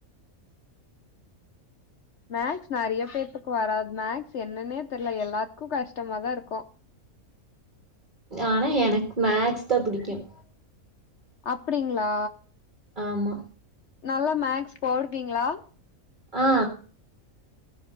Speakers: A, on the left (about 60°); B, on the right (about 35°).
A: மேக்ஸ் நறைய பேத்துக்கு வராது மேக்ஸ் என்னன்னே தெர்ல எல்லாத்துக்கும் கஷ்டமாதான் இருக்கும்
B: ஆனா எனக்கு மேக்ஸ் தான் புடிக்கும்
A: அப்புடிங்களா
B: ஆமா
A: நல்லா மேக்ஸ் போடுவீங்களா
B: ஆ